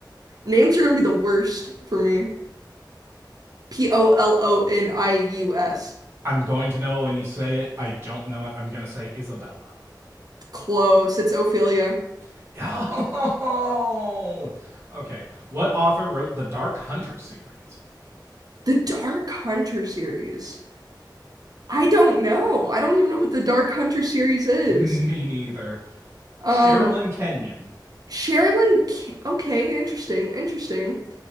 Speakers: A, on the right; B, on the right.
A: names are gonna be the worst for me. P O L O N I U S.
B: I'm going to know it when you say it. I don't know it. I'm going to say Isabella.
A: Close. It's Ophelia.
B: <laughs> Oh. Okay. What author wrote the Dark Hunter series?
A: The Dark Hunter series. I don't know. I don't even know what the Dark Hunter series is.
B: <laughs> Me neither.
A: Um,
B: Sherilyn Kenyon.
A: Sherilyn. K- Okay, interesting, interesting.